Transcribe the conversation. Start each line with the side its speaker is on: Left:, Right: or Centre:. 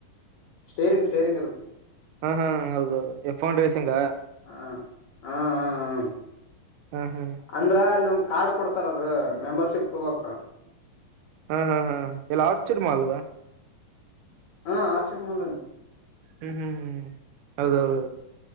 Left: ಸ್ಟೇರಿಂಗ್ ಸ್ಟೇರಿಂಗ್ ಇರುತ್ತೆ
Right: ಹಾ ಹಾ ಹೌದೌದು ಎಫನ್ ರೇಸಿಂಗಾ
Left: ಹ ಹ ಹ
Right: ಹಾ ಹಾ
Left: ಅಂದ್ರ ಅಲ್ಲ ಒಂದ್ ಕಾರ್ಡ್ ಕೊಡ್ತಾರದು ಮೆಂಬರ್ಶಿಪ್ ತಗೋಕ
Right: ಹಾ ಹಾ ಹಾ ಅರ್ಚಿಡ್ ಮಾಲ್ಗ
Left: ಹಾ ಅರ್ಚಿಡ್ ಮಾಲ್
Right: ಹ್ಮ್ ಹ್ಮ್ ಹೌದೌದು